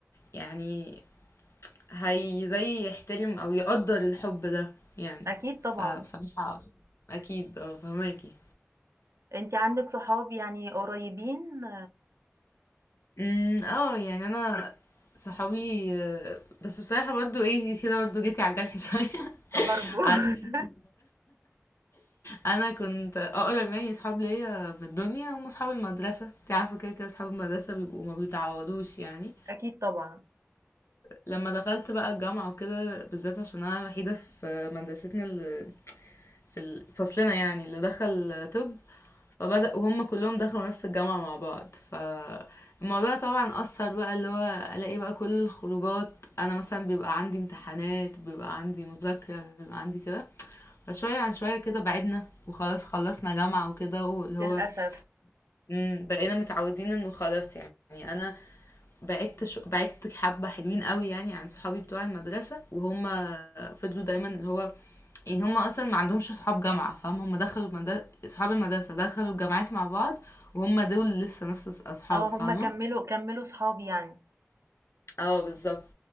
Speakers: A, on the left (about 65°); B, on the right (about 75°).
A: يعني هي زي يحترم او يقدر الحب ده يعني
B: أكيد طبعًا.
A: فبصراحه اكيد اه فهماكي
B: أنتِ عندِك صحاب يعني قريبين
A: امم اه يعني انا صحابي آه، بس بصراحه برضو ايه كده برضو جيتي على الجرح شويه <laughs>
B: برضه
A: عشان
B: <laughs>
A: انا كنت اقرب يعني اصحاب ليا في الدنيا هم اصحاب المدرسه انت عارفه كده كده اصحاب المدرسه بيبقوا ما بيتعوضوش يعني
B: أكيد طبعًا،
A: لما دخلت بقى الجامعة وكده بالذات عشان أنا الوحيدة في مدرستنا اللي في فصلنا يعني اللي دخل طب فبدأ وهم كلهم دخلوا نفس الجامعة مع بعض فالموضوع طبعا أثر بقى اللي هو ألاقي بقى كل الخروجات أنا مثلا بيبقى عندي امتحانات بيبقى عندي مذاكرة بيبقى عندي كده فشوية عن شوية كده بعدنا وخلاص خلصنا جامعة وكده واللي
B: للأسف.
A: هو مم، بقينا متعودين انه خلاص يعني انا بعدت شو... بعدت حبة حلوين قوي يعني عن صحابي بتوع المدرسة وهم فضلوا دايما اللي هو يعني هم اصلا ما عندهمش صحاب جامعة فاهم هم دخلوا مد... صحاب المدرسة دخلوا الجامعات مع بعض وهم دول لسه نفس الص- اصحاب
B: آه،
A: فاهمة
B: هُم كمّلوا كمّلوا صحاب يعني.
A: اه بالظبط